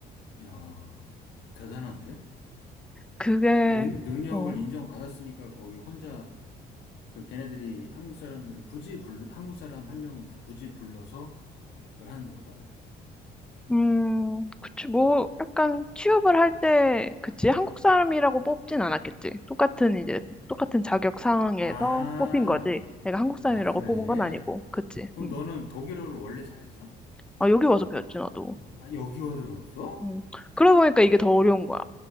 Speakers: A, on the left; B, in the centre.
A: 야, 대단한데?
B: 그게,
A: 능, 능력을
B: 어,
A: 인정받았으니까 거기 혼자 그 걔네들이 한국 사람들을 굳이 불, 한국 사람 한 명을 부- 굳이 불러서 그걸 하는 걸 거 아니야.
B: 음, 그치, 뭐, 약간 취업을 할 때, 그치, 한국 사람이라고 뽑진 않았겠지. 똑같은 이제, 똑같은 자격 상황에서
A: 아,
B: 뽑힌 거지. 내가 한국 사람이라고
A: 아, 그래?
B: 뽑은 건 아니고, 그치.
A: 그럼
B: 음.
A: 너는 독일어를 원래 잘했어?
B: 아, 여기 와서 배웠지, 나도.
A: 아, 여기 와서 배웠어?
B: 음. 그러다 보니까 이게 더 어려운 거야.